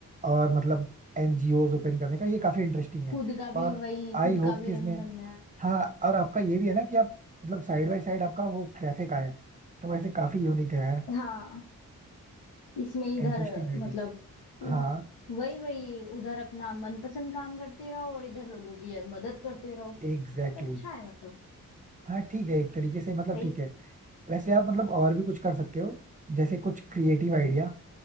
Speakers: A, on the right (about 20°); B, on the left (about 85°).
A: और मतलब एनजीओज ओपन करने का ये काफी इंटरेस्टिंग है
B: खुद का भी
A: और
B: वही
A: आई
B: खुद
A: होप
B: का भी
A: कि इसमें
B: रन करना
A: हाँ और आपका ये भी है ना कि आप मतलब साइड बाय साइड आपका वो कैफे का है तो वैसे काफी यूनिक है यार
B: है हाँ इसमें इधर
A: इंटरेस्टिंग आइडिया
B: मतलब इ-
A: हाँ
B: वही वही उधर अपना मनपसंद काम करते रहो और इधर लोगों की मदद करते रहो
A: Exactly
B: अच्छा
A: exactly.
B: है मतलब
A: हाँ ठीक है एक तरीके से मतलब
B: सही
A: ठीक है वैसे आप मतलब और भी कुछ कर सकते हो जैसे कुछ क्रिएटिव आइडिया